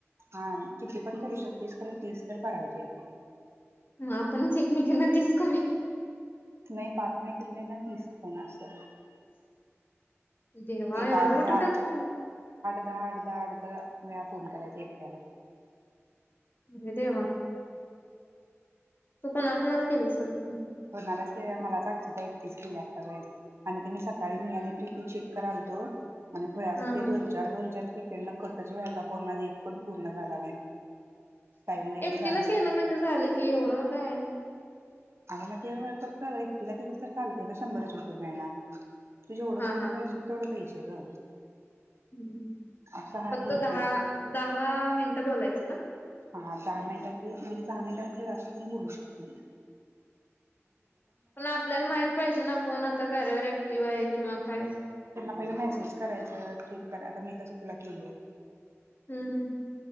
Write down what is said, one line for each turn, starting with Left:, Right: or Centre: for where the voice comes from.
Right: हा, किती पण करू शकतीस खरं तीस तर करायचे आहेत बग.
Left: म आपणच एकमेकीना तीस करुया.
Right: नाही पाच मैत्रिणीना ना तीस फोन आसं.
Left: देवा
Right: एक
Left: एवढा
Right: आठ
Left: मोठा
Right: दहा
Left: टास्क हं?
Right: आठ, दहा, आठ, दहा वेळा फोन करायचा एकट्याला.
Left: रे देवा. तू कोणा कोणाला केलेस आता मग?
Right: कोणालाच केला मलाच <unintelligible> आक्षदा एक- एकटीच केलिया <unintelligible> आता पर्यंत आणि मी सकाळी मी आणि प्रीती चेक करायचो आणि खुळ्यागत
Left: हा
Right: ते
Left: हा
Right: दोन-चार, दोन-चार. तिकडंन कटच व्हालता फोन माझा एक पण पूर्ण झाला नाही. टाइम वेस्ट
Left: एकटीला
Right: झाला
Left: केलं म्हणजे झालं कि एवढं काय.
Right: आग म ते फक्त एकटीला केलीस तर चालतय ब शंभरच रुपये मिळणार. तू जेवढं
Left: हा
Right: फोन करशील तेवढं पैसे ग.
Left: ह्
Right: असं हाय
Left: फक्त
Right: बहुतेक
Left: दहा दहा मिनटं बोलायचं ना?
Right: हा दहा मिनिटाची म्हणजे दहा मिनिटा पेक्षा जास्त पण बोलू शकतीस.
Left: पण आपल्याला माहित पाहिजे ना कोण आता कार्यावर ऍक्टिव्ह आहेत. किंवा काय
Right: पहिलं मेसेज करायचं क्लिक करा आता मी तसं तुला केल
Left: हम् हम्